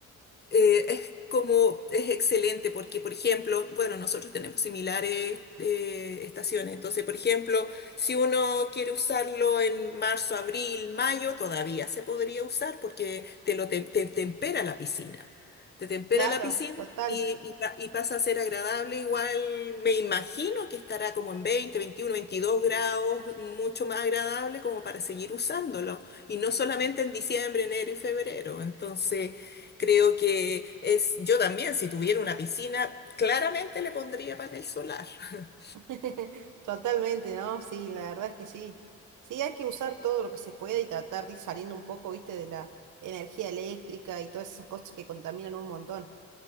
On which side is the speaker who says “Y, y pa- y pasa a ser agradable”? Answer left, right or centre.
Left